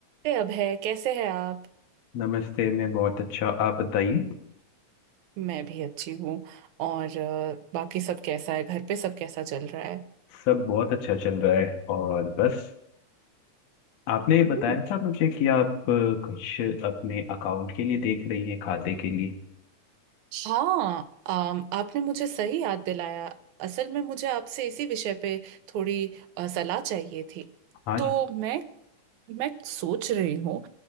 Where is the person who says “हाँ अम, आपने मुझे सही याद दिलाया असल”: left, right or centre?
Right